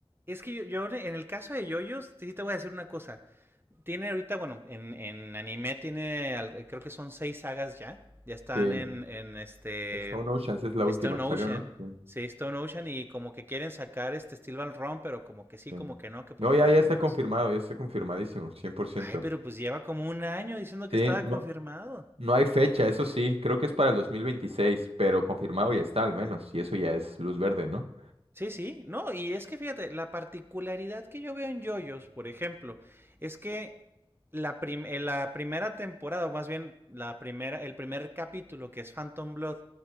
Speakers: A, on the right (about 25°); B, on the right (about 80°).
A: Es que yo, yo en el caso de Yoyos, sí te voy a decir una cosa. Tiene ahorita, bueno, en, en anime tiene, al- eh, creo que son seis sagas ya. Ya están
B: Que
A: en, en este
B: Stone Oceans es la
A: Stone
B: última que
A: Ocean.
B: salió, ¿no? Sí,
A: Sí, Stone Ocean y como que quieren sacar este Steel Ball Run, pero como que sí,
B: sí.
A: como que no, que porque
B: No, ya,
A: la
B: ya está
A: animación.
B: confirmado, ya está confirmadísimo, cien por ciento
A: Ay, pero pues lleva como un año diciendo
B: Sí,
A: que estaba
B: no,
A: confirmado.
B: no hay fecha, eso sí, creo que es para el 2026 pero confirmado ya está al menos, y eso ya es luz verde, ¿no?
A: Sí, sí, no, y es que fíjate, la particularidad que yo veo en JoJo's, por ejemplo, es que la, prim- eh, la primera temporada, o más bien la primera, el primer capítulo que es Phantom Blood,